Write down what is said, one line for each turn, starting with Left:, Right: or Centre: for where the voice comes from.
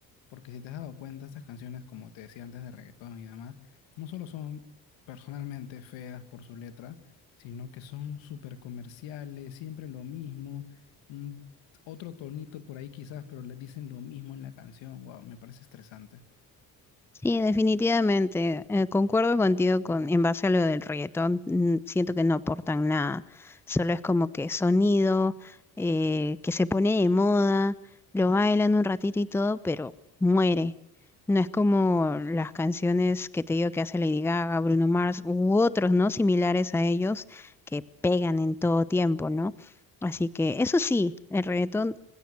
Left: Porque si te has dado cuenta, estas canciones, como te decía antes de reggaetón y demás, no solo son personalmente feas por su letra, sino que son súper comerciales, siempre lo mismo, mm, otro tonito por ahí quizás, pero le dicen lo mismo en la canción. Wow, me parece estresante.
Centre: Sí, definitivamente. eh, concuerdo contigo con, en base a lo del reggaetón. mm, Siento que no aportan nada. Solo es como que sonido, eh, que se pone de moda, lo bailan un ratito y todo, pero muere. No es como las canciones que te digo que hace Lady Gaga, Bruno Mars u otros, ¿no? Similares a ellos que pegan en todo tiempo, ¿no? Así que eso sí, el reggaetón